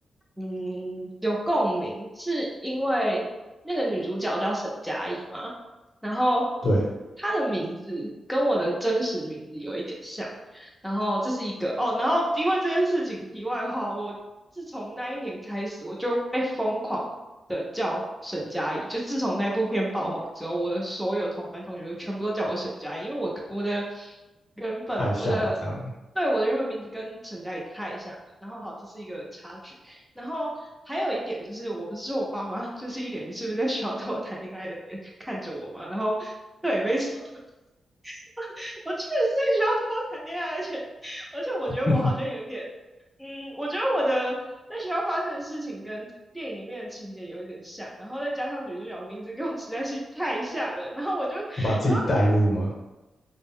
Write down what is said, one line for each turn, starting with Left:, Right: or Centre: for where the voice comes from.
Centre: 嗯，有共鸣，是因为那个女主角叫沈佳宜嘛，然后
Left: 对，
Centre: 他的名字跟我的真实名字有一点像，然后这是一个哦，然后因为这件事情，题外话，我自从那一年开始，我就被疯狂的叫沈佳宜，就自从那部片爆红之后，我的所有同班同学全部都叫我沈佳宜，因为我跟我的原本我的
Left: 太像了这样子。
Centre: 对我的原本名字跟沈佳宜太像了，然后好，这是一个插曲，然后还有一点就是，我不是说我爸妈就是一脸你是不是在学校偷谈恋爱的脸看着我嘛，然后对，没错，<laughs> 我确实是在学校偷谈恋爱，而且而且我觉得我好像有一点，
Left: <laughs>
Centre: 嗯，我觉得我的在学校发生的事情跟电影里面的情节有一点像，然后再加上女主角名字跟我实在是太像了，然后我就，然后
Left: 就把自己代入嘛。